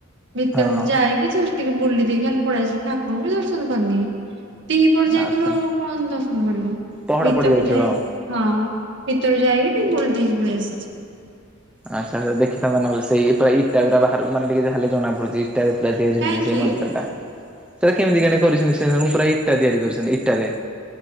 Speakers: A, on the right; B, in the centre.
A: ଭିତରକୁ
B: ହଁ ହଁ
A: ଯାଇକି ଯଷ୍ଟ ଟିକେ ବୁଲି ଦେଇକି ଖାଲି ପଳେଆସିଲି ଠାକୁରଙ୍କୁ ବି ଦର୍ଶନ କରିନି। ଦିହିପହରେ ଯାଇଥିଲୁ
B: ଆଚ୍ଛା
A: ଆଉ କଣ ଦର୍ଶନ କରିବୁ
B: ପହଡ
A: ଭିତରକୁ
B: ପଡି ଯାଇଥିବ
A: ଯାଇ
B: ଆଉ।
A: ହଁ ଭିତରୁ ଯାଇକି ଟିକେ ବୁଲି ଦେଇକି ପଳେଇ ଆସିଛି।
B: ଆଚ୍ଛା ଆଚ୍ଛା ଦେଖିଥାନ୍ତ ନହେଲେ ସେଇ ପୁରା ଇଟା ଗୁରା ବାହାରକୁ ମାନେ ଟିକେ ଯାହାହେଲେ ଜଣା ପଡୁଛି। ଇଟାରେ ପୁରା ତିଆରି
A: କାହିଁକି
B: ହେଇଛି ସେଇ ମନ୍ଦିର ଟା। ସେଇଟା କେମତି କିଆଁଣି କରିଛନ୍ତି ସେ ସବୁ ପୁରା ଇଟା ତିଆରି କରିଛନ୍ତି ଇଟାରେ।